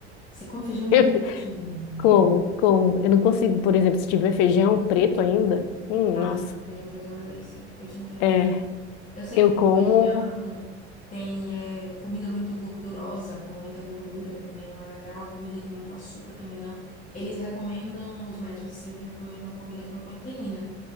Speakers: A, on the left (about 25°); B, on the left (about 55°).
A: Você come feijão de
B: <laughs>
A: noite, mulher?
B: Com, com, eu não consigo, por exemplo, se tiver feijão preto ainda, hum,
A: Ai,
B: nossa.
A: feijão preto é uma delícia. Eu te entendo.
B: É,
A: Eu sei
B: eu
A: que tem
B: como.
A: feijão, tem eh, comida muito gordurosa, com muita gordura também não é legal, comida com muito açúcar também não. Eles recomendam, os médicos assim, recomendam comida com proteína